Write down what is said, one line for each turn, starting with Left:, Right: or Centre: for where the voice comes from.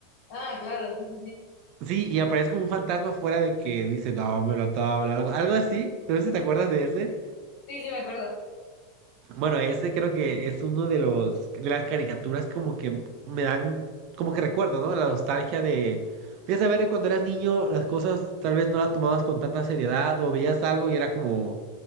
Left: Ah, claro, sí, sí, sí.
Right: Sí, y aparece como un fantasma fuera de que dice, no, me lo tabla, algo, algo así. No sé si te acuerdas de ese.
Left: Sí, sí, me acuerdo.
Right: Bueno, ese creo que es uno de los de las caricaturas como que me dan, como que recuerdo, ¿no? La nostalgia de, de saber que cuando eras niño las cosas tal vez no las tomabas con tanta seriedad o veías algo y era como,